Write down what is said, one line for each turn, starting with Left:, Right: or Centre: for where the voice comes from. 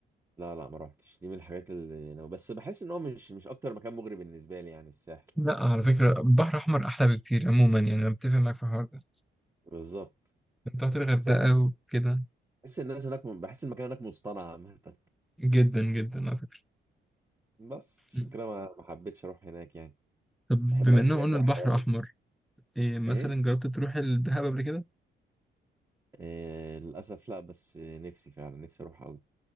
Right: لا لا ما رحتش دي من الحاجات اللي انا بس بحس ان هو مش مش اكتر مكان مغري بالنسبه لي يعني الساحل
Centre: لا على فكرة البحر الأحمر أحلى بكتير عموما يعني أنا متفق معاك في الحوار ده
Right: بالظبط
Centre: أنت رحت
Right: الساحل
Centre: الغردقة وكده
Right: بحس الناس هناك بحس المكان هناك مصطنع عامة
Centre: جدا جدا على فكرة
Right: بس عشان
Centre: م.
Right: كده ما ما حبيتش اروح هناك يعني
Centre: طب
Right: بحب
Centre: بما
Right: الاماكن
Centre: إننا
Right: اللي
Centre: قلنا
Right: هي فيها
Centre: البحر
Right: حياة أوي.
Centre: أحمر إيه مثلا
Right: ايه
Centre: جربت تروح الدهب قبل كده؟
Right: آه للاسف لا بس نفسي فعلا نفسي اروح قوي